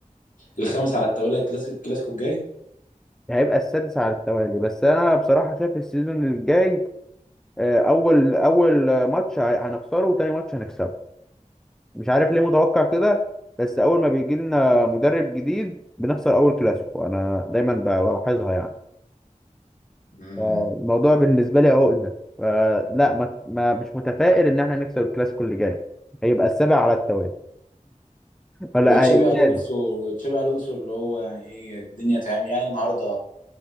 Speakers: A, on the left; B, in the centre.
A: الخامس على التوالي الكلاسيكو الكلاسيكو الجاي
B: هيبقى السادس على التوالي بس انا بصراحه شايف السيزون الجاي آه، اول اول ماتش هي- هنخسره وتاني ماتش هنكسبه مش عارف ليه متوقع كده بس اول ما بيجي لنا مدرب جديد بنخسر اول كلاسيكو انا دايما بلاحظها يعني
A: امم
B: فالموضوع بالنسبه لي عقده فلا ما ما مش متفائل ان احنا نكسب الكلاسيكو اللي جاي هيبقى السابع على التوالي ولا
A: وتشابي
B: آه، السادس
A: الونسو تشابي الونسو اللي هو يعني ايه الدنيا تمام يعني النهارده